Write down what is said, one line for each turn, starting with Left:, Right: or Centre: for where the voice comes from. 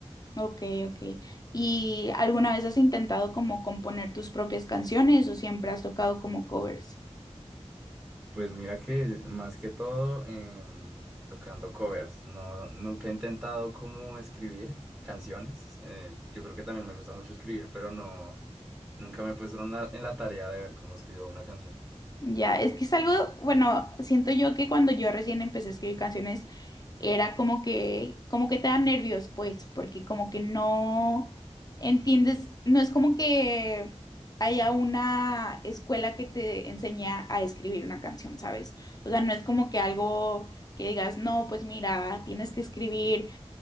Left: Ok, ok. ¿Y alguna vez has intentado como componer tus propias canciones o siempre has tocado como covers?
Right: Pues mira que más que todo em, tocando covers. No, nunca he intentado como escribir canciones. Eh, yo creo que también me gusta mucho escribir, pero no, nunca me he puesto en la en la tarea de ver cómo escribo una canción.
Left: Ya, es que es algo, bueno, siento yo que cuando yo recién empecé a escribir canciones era como que, como que te da nervios, pues, porque como que no entiendes, no es como que haya una escuela que te enseñe a escribir una canción, ¿sabes? O sea, no es como que algo que digas, no, pues mira, tienes que escribir.